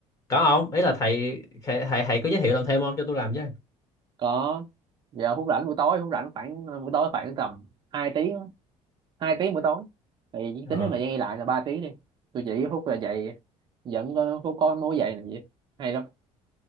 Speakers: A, on the left; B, on the right.
A: có không ý là thầy thầy thầy, thầy có giới thiệu làm thêm không cho tôi làm chứ
B: có giờ phút rảnh buổi tối phút rảnh khoảng ờ, buổi tối khoảng tầm 2 tiếng á. hai tiếng buổi tối thì chỉ
A: ờ
B: tính thêm thời gian đi lại là 3 tiếng đi tôi chỉ phút là dậy vẫn có- phút có mối dậy làm gì hay lắm